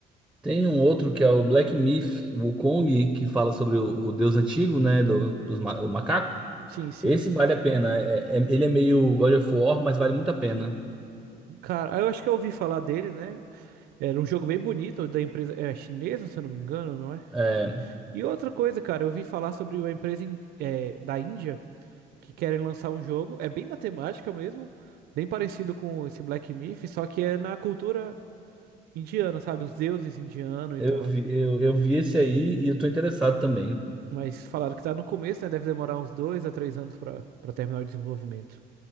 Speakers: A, in the centre; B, on the right (about 70°).
A: Tem um outro que é o Black Myth Wukong, que fala sobre o, o deus antigo, né, do, dos ma- o macaco.
B: Sim, sim.
A: Esse vale a pena. É- é- ele é meio God of War, mas vale muito a pena.
B: Cara, eu acho que eu ouvi falar dele, né? Era um jogo bem bonito da empresa é chinesa, se eu não me engano, não é?
A: É,
B: E outra coisa, cara, eu vi falar sobre uma empresa in- eh, da Índia que querem lançar um jogo, é bem na temática mesmo, bem parecido com esse Black Myth, só que é na cultura indiana, sabe? Os deuses indianos e
A: eu
B: tal.
A: vi, eu, eu vi esse aí e eu tô interessado também.
B: Mas falaram que tá no começo, né? Deve demorar uns dois a três anos pra, pra terminar o desenvolvimento.